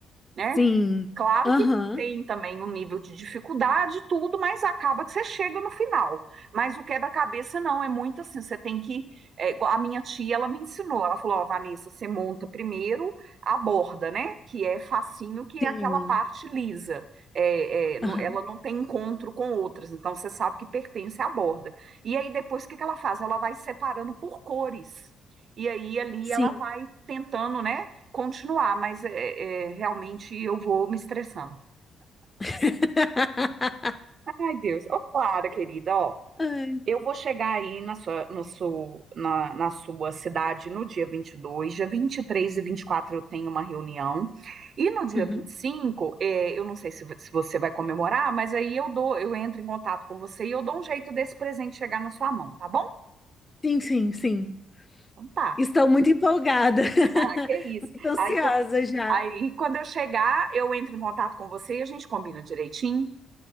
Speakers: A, on the right; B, on the left.
A: né?
B: Sim.
A: Claro
B: Aham.
A: que tem também um nível de dificuldade, e tudo, mas acaba que você chega no final. Mas o quebra-cabeça não, é muito assim, você tem que. é, igual a minha tia, ela me ensinou, ela falou: Ó, Vanessa, você monta primeiro a borda, né? Que é facinho, que é
B: Sim.
A: aquela parte lisa. É, é, não-
B: Aham.
A: ela não tem encontro com outras, então você sabe que pertence à borda. E aí depois o que que ela faz? Ela vai separando por cores. E aí ali
B: Sim.
A: ela vai tentando, né? continuar, mas é, é, realmente eu vou me estressando.
B: <laughs>
A: Ai, Deus. Ô, Clara, querida, ó,
B: Ai.
A: eu vou chegar aí na sua, no seu- na, na sua cidade no dia 22, dia vinte e três e e vinte e quatro eu tenho uma reunião, e no dia
B: Uhum.
A: 25, é, eu não sei se, vo- se você vai comemorar, mas aí eu dou, eu entro em contato com você e eu dou um jeito desse presente chegar na sua mão, tá bom?
B: Sim, sim, sim.
A: Então tá.
B: Estou muito empolgada. <laughs>
A: Ah, que isso.
B: Muito ansiosa
A: Aí, quan-
B: já.
A: aí quando eu chegar, eu entro em contato com você e a gente combina direitinho.